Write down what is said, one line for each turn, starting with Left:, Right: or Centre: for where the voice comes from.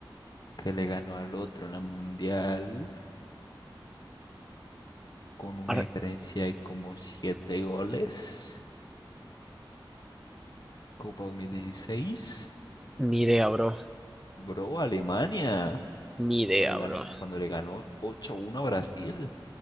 Left: que le ganó al otro en la Mundial con una
Centre: Ahora-
Left: diferencia de como 7 goles. Copa 2016.
Centre: Ni idea, bro.
Left: Bro, Alemania.
Centre: Ni idea,
Left: Cuando le ganó,
Centre: bro.
Left: cuando le ganó 8-1 a Brasil.